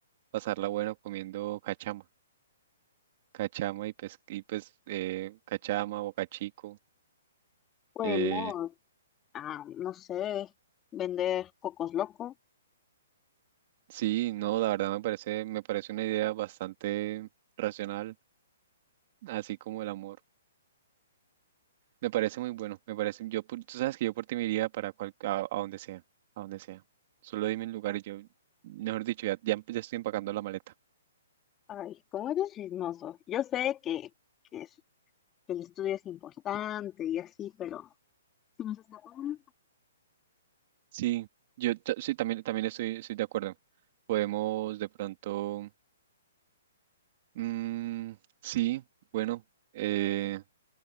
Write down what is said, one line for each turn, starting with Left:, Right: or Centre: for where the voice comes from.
Right: pasarla buena comiendo cachama. Cachama y, pes y pues eh, cachama, bocachico.
Left: Podemos,
Right: Eh,
Left: ah, no sé, vender cocos locos.
Right: sí, no, la verdad me parece, me parece una idea bastante racional, así como el amor. Me parece muy bueno, me parece, yo, por- tú sabes que yo por ti me iría para cual, a, a donde sea, a donde sea. Solo dime el lugar y yo, mejor dicho, ya, ya, ya estoy empacando la maleta.
Left: Ay, cómo eres chismoso. Yo sé que, que, es- que el estudio es importante y así, pero... Si nos escapamos,
Right: Sí, yo ta- sí, también, también estoy, estoy de acuerdo. Podemos de pronto, mm, sí, bueno, eh,